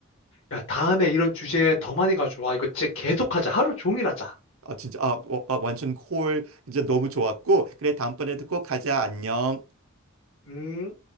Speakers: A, on the left; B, on the right.
A: 야, 다음에 이런 주제 더 많이 가져와. 이거 진짜 계속하자. 하루 종일 하자.
B: 아 진짜 아, 어, 아 완전 콜 진짜 너무 좋았고 그래 다음번에도 꼭 가자 안녕.
A: 음.